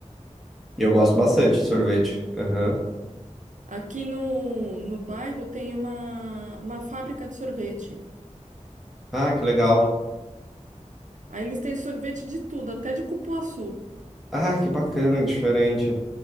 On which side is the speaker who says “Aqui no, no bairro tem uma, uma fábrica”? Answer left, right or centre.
Right